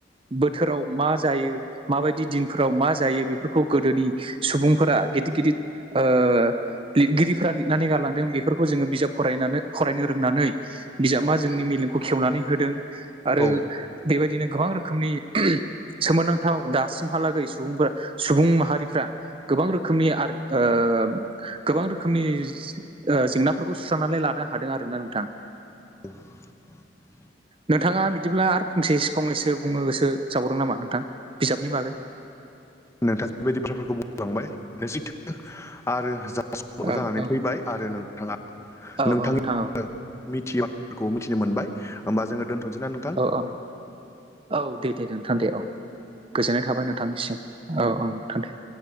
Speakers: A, on the right; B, on the left.
A: बोथोराव मा जायो माबायदि दिनफोराव मा जायो बेफोरखौ गोदोनि सुबुंफोरा गिदिर गिदिर ओ लिरगिरिफोरा लिरनानै गाललांदों बेफोरखौ जोङो बिजाब फरायनानै फरायनो रोंनानै बिजाबा जोंनि मेलेमखौ खेवनानै होदों आरो
B: औ
A: बेबायदिनो गोबां रोखोमनि सोमोनांथाव दासिमहालागै सुबुं सुबुं माहारिफ्रा गोबां रोखोमनि आरो ओ गोबां रोखोमनि ओ जेंनाफोरखौ सुस्रांनानै लानो हादों आर ना नोंथां।
B: <inaudible>
A: नोंथाङा बिदिब्ला आरो फंसेसो फंनैसो बुङो गोसो जाबावदों नामा नोंथां बिजाबनि बागै?
B: नोंथाङा जिबायदि बाथ्राफोरखौ बुंलांबाय सैथो आरो जा बो
A: औ
B: जानानै
A: औ
B: फैबाय आरो नोंथाङा
A: औ
B: नोंथांनि
A: औ नोंथां औ
B: ओ मिथियै बाथ्राफोरखौ मिथिनो मोनबाय होमबा जोङो दोन्थ'सैना नोंथां?
A: औ औ दे दे नोंथां दे औ गोजोननाय थाबाय नोंथांनिसिम औ औ नोंथां दे।